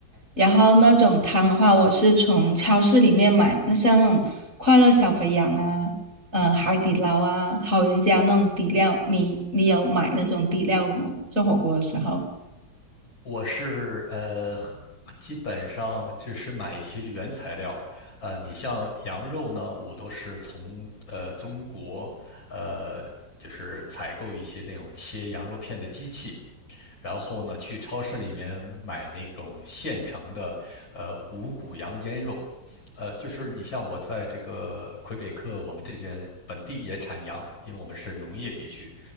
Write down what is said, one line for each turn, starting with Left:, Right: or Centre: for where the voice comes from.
Right: 然后那种汤的话，我是从超市里面买，那像那种快乐小肥羊啊，呃，海底捞啊，好人家那种底料，你你有买那种底料吗？做火锅的时候？
Left: 我是呃，基本上只是买一些原材料。呃，你像羊肉呢，我都是从呃中国呃，就是采购一些那种切羊肉片的机器。然后呢，去超市里面买那种现成的，呃，五谷羊腌肉，呃，就是你像我在这个魁北克，我们这边本地也产羊，因为我们是农业地区，